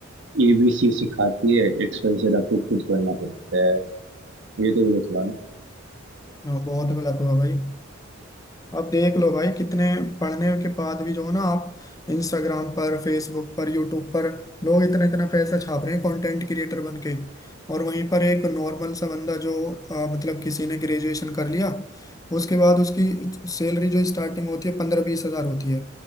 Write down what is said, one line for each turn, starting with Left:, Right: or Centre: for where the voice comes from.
Right: एबीसी सिखाती है एक्स वाई जेड आपको खुद करना पड़ता है ये तो गलत हुआ ना
Left: हाँ, बहुत गलत हुआ भाई अब देख लो भाई कितने पढ़ने के बाद भी जो है ना आप इंस्टाग्राम पर फेसबुक पर यूट्यूब पर लोग इतना इतना पैसा छाप रहे हैं कंटेंट क्रिएटर बन के और वहीं पर एक नॉर्मल सा बंदा जो अ, मतलब किसी ने ग्रेजुएशन कर लिया उसके बाद उसकी सैलरी जो स्टार्टिंग होती है पंद्रह बीस हजार होती है